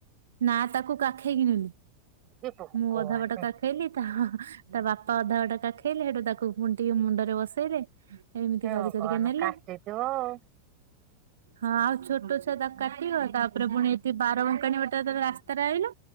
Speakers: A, on the right; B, on the right.
A: ନା ତାକୁ କାଖେଇକି ନେଲି।
B: ଏ ଭଗବାନ
A: ମୁଁ ଅଧା ବାଟ
B: ହେ
A: କାଖେଇଲି ତା। ତା ବାପା ଅଧା ବାଟ କାଖେଇଲେ ହେଟୁ ତାକୁ ପୁଣି ଟିକେ ମୁଣ୍ଡରେ ବସେଇଲେ। ଏମିତି
B: ହେ
A: କରି
B: ଭଗବାନ
A: କରିକା ନେଲେ
B: କାଟିଥିବ ଆଉ।
A: ହଁ ଆଉ ଛୋଟ ଛୁଆ ତାକୁ କାଖେଇବ ତାପରେ ପୁଣି ଏଠି ବାରବଙ୍କାଣି ବାଟେ ଯେତେବଳେ ରାସ୍ ସ୍ତା ରେ ଆଇଲା